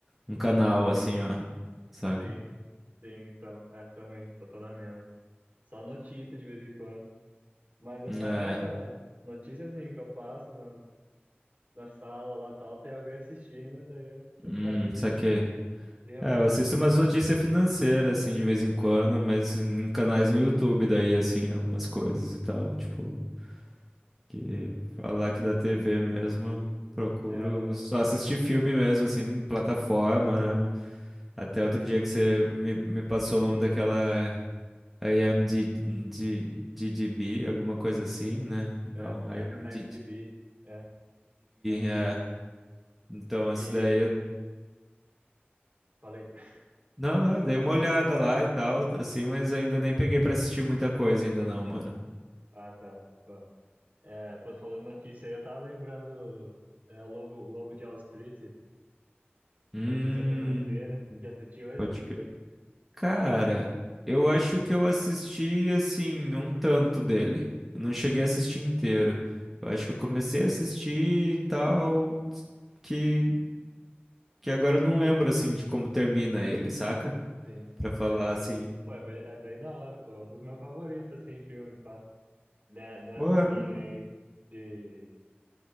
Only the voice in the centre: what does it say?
um canal, assim, ó. Saca?
É,
hum,
saquei.
É, eu assisto
umas notícias financeiras, assim, de vez em quando, mas em canais no YouTube, daí, assim, algumas coisas e tal, tipo... Que
falar que da TV mesmo, procuro
só assistir filme mesmo, assim, em plataforma, né? Até outro dia que você me, me passou o nome daquela IMDb, alguma coisa assim, né? Não,
IMDb,
é. Então,
esse daí, eu-
não, é, dei uma
olhada lá e tal, assim, mas ainda nem peguei pra assistir muita coisa ainda não, mano.
Hum,
pode crer. Cara, eu acho que eu assisti assim um tanto dele. Eu não cheguei a assistir inteiro. Eu acho que eu comecei a assistir e tal, que que agora eu não lembro assim de como termina ele, saca?
Pra falar assim,
pô, é
mesmo,